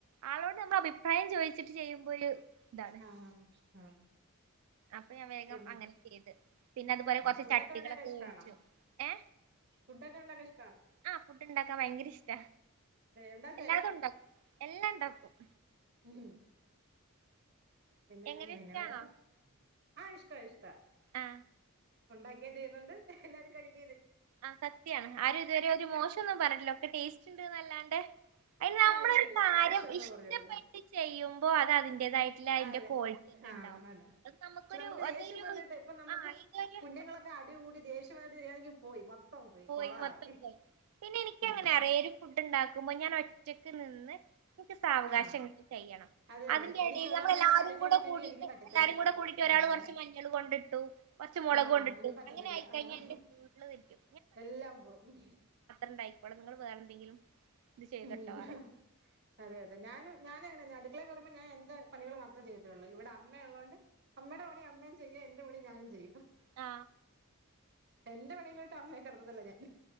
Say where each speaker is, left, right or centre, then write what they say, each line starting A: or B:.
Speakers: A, on the right (about 70°); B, on the right (about 50°).
A: ആളോട് നമ്മ അഭിപ്രായം ചോദിച്ചിട്ട് ചെയ്യുമ്പോ ഒരു ഇതാണ്
B: ആഹ് ആഹ്
A: അപ്പൊ ഞാൻ വേഗം
B: പിന്നെ
A: അങ്ങനെ ചെയ്ത് പിന്നെ അതുപോലെ കുറച്ച്
B: ഫുഡൊക്കെ
A: ചട്ടികളൊക്കെ
B: ഉണ്ടാക്കാൻ ഇഷ്ടാണോ
A: മേടിച്ചു ഏ
B: ഫുഡൊക്കെ ഉണ്ടാക്കാൻ ഇഷ്ടാണോ
A: ആ ഫുഡ് ഉണ്ടാക്കാൻ ഭയങ്കര ഇഷ്ടാ
B: ഉണ്ടാക്കുവോ
A: എല്ലാതും ഉണ്ടാക്കും എല്ലാം ഉണ്ടാക്കും ഉം
B: ഉം പിന്നെ
A: എങ്ങനെ
B: പിന്നെ
A: ഇഷ്ടാണോ
B: മേടല്ല ആഹ് ഇഷ്ടാ ഇഷ്ടാ
A: ആ
B: ഒണ്ടാക്കിയേം ചെയ്യുന്നുണ്ട് എല്ലാരും കഴിക്ക
A: ആ സത്യാണ് ആരും ഇതുവരെ ഒരു മോശം ഒന്നും പറഞ്ഞിട്ടില്ല ഒക്കെ ടേസ്റ്റുണ്ട്ന്നല്ലാണ്ട് നമ്മളൊരു
B: ആഹ് ഇല്ല ഇല്ല
A: കാര്യം
B: മോശൊന്നും
A: ഇഷ്ടപ്പെട്ട്
B: പറഞ്ഞിട്ടില്ല
A: ചെയ്യുമ്പോ അത് അതിന്റെതായിട്ടുള്ള അതിന്റെ
B: ആ അതെ
A: ക്വാളിറ്റി തന്നെ
B: ആഹ്
A: ഉണ്ടാവും
B: അതെ പക്ഷെ
A: അ നമുക്കൊരു
B: നമുക്ക്
A: അതൊരു
B: ദേഷ്യം വന്നിട്ട് ഇപ്പൊ നമുക്ക്
A: ഇത് ഒരു
B: കുഞ്ഞുങ്ങളൊക്കെ അടി കൂടി ദേഷ്യം വന്നിട്ട് ചെയ്യാണെങ്കിൽ പോയി മൊത്തം
A: പോയി
B: കൊളായി
A: മൊത്തം പോയി പിന്നെ എനിക്ക് അങ്ങനെ
B: ആഹ്
A: അറിയാ ഒരു ഫുഡ് ഉണ്ടാക്കുമ്പോ ആകുമ്പോ ഞാൻ ഒറ്റക്ക് നിന്ന് സാവകാശം
B: ആഹ്
A: ചെയ്യണം
B: അത് തന്നെ
A: അതിന്റെ
B: എനിക്ക്
A: ഇടയിൽ
B: ഒരാളും
A: നമ്മൾ എല്ലാരും
B: അടുക്കള
A: കൂടെ
B: ഉണ്ടെങ്കി
A: കൂടിയിട്ട്
B: എനിക്ക് പറ്റത്തില്ല
A: എല്ലാരും കൂടെ ഒരാൾ
B: ആഹ്
A: കുറച്ച് മഞ്ഞൾ കൊണ്ടിട്ടു കുറച്ച് മുളക്
B: ആഹ്
A: കൊണ്ടിട്ടു
B: അതിന് പറ്റത്തില്ല
A: അങ്ങനെ ആയിക്കഴിഞ്ഞാൽ
B: ആഹ്
A: എന്റെ ഫുൾ തെറ്റും
B: എല്ലാം പോവും
A: ണ്ടായി ഇവിടെ നിങ്ങൾ വേറെ എന്തെങ്കിലും ഇത് ചെയ്തോട്ടോ
B: ഉം
A: പറയും
B: അതെ അതെ ഞാനും ഞാൻ അടുക്കള കേറുമ്പോ ഞാൻ എന്റെ പണികൾ മാത്രേ ചെയ്തിട്ടുള്ളൂ ഇവിടെ അമ്മ ഉള്ളത് കൊണ്ട് അമ്മയുടെ പണി അമ്മയും ചെയ്യും എന്റെ പണി ഞാനും ചെയ്യും
A: ആ
B: എന്റെ പണിയിലോട്ട് അമ്മയെ കടത്തത്തില്ല ഞാൻ